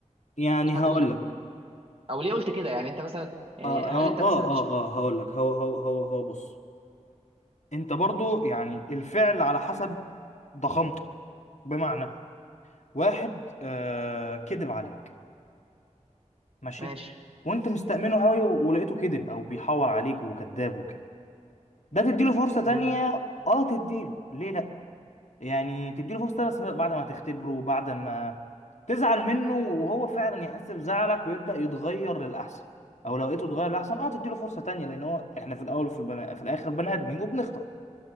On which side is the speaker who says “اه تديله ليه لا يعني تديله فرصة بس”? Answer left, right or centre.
Left